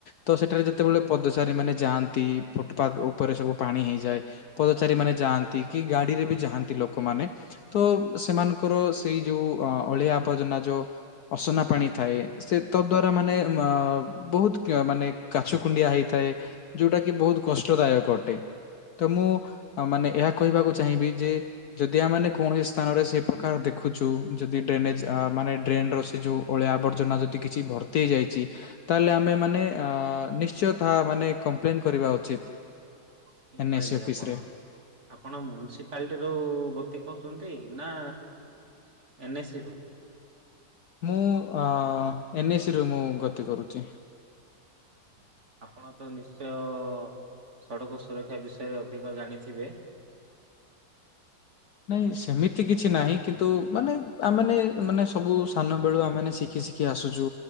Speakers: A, on the left (about 65°); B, on the right (about 40°).
A: ତ ସେଠାରେ ଯେତେବେଳେ ପଦଚାରୀ ମାନେ ଯାଆନ୍ତି ଫୁଟପାଥ ଉପରେ ସବୁ ପାଣି ହେଇଯାଏ ପଦଚାରୀ ମାନେ ଯାଆନ୍ତି କି ଗାଡିରେ ବି ଯାଆନ୍ତି ଲୋକମାନେ। ତ ସେମାନଙ୍କର ସେଇ ଯୋଉ ଅ ଅଳିଆ ଆବର୍ଜନା ଯୋଉ ଅସନା ପାଣି ଥାଏ ସେତଦ୍ୱାରା ମାନେ ଅ ବହୁତ ମାନେ କାଛୁ କୁଣ୍ଡିଆ ହେଇଥାଏ ଯୋଉଟା କି ବହୁତ କଷ୍ଟଦାୟକ ଅଟେ। ତ ମୁଁ ମାନେ ଏହା କହିବାକୁ ଚାହିଁବି ଯେ ଯଦି ଆମାନେ କୌଣସି ସ୍ଥାନରେ ସେଇ ପ୍ରକାର ଦେଖୁଛୁ ଯଦି ଡ୍ରେନେଜ ମାନେ ଡ୍ରେନ ର ସେ ଯୋଉ ଅଳିଆ ଆବର୍ଜନା ଯଦି କିଛି ଭର୍ତ୍ତିହେଇ ଯାଇଚି ତାହେଲେ ଆମେ ମାନେ ଅ ନିଶ୍ଚୟ ତାହା ମାନେ କମ୍ପ୍ଲେନ କରିବା ଉଚିତ।
B: ଠିକ
A: ଏନ୍ଏସି
B: କହିଲେ
A: ଅଫିସ
B: ଆପଣ।
A: ରେ
B: ଆପଣ ମ୍ୟନିସିପାଲିଟିରୁୁ ଗତି କରୁଛନ୍ତି ନା ଏନ୍ଏସି ରୁ।
A: ମୁଁ ଆ ଏନ୍ଏସିରୁ ମୁଁ ଗତି କରୁଛି।
B: ଆଚ୍ଛା। ଆପଣ ତ ନିଶ୍ଚୟ ଅ ସଡ଼କ ସୁରକ୍ଷା ବିଷୟରେ ଅଧିକ ଜାଣିଥିବେ।
A: ନାଇଁ ସେମିତି କିଛି ନାହିଁ କିନ୍ତୁ ମାନେ ଆମମାନେ ମାନେ ସବୁ ସାନ ବେଳୁ ଆମମାନେ ଶିଖି ଶିଖ କି ଆସୁଛୁ